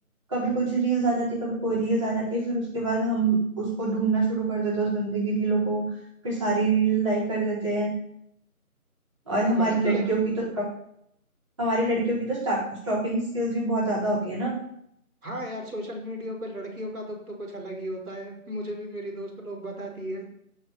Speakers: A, on the right; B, in the centre.
A: कभी कुछ रील्स आ जाती है कभी कोई रील्स आ जाती है फिर उसके बाद हम उसको ढूंढना शुरू कर देते हैं उस बंदे की रीलों को फिर सारी रील लाइक कर देते हैं और
B: वही
A: हमारी लड़कियों
B: तो
A: की तो हमारी लड़कियों की तो स्टॉकिंग स्किल्स भी बहुत ज्यादा होती है ना
B: हाँ यार सोशल मीडिया पर लड़कियों का दुख तो कुछ अलग ही होता है मुझे भी मेरी दोस्त लोग बताती है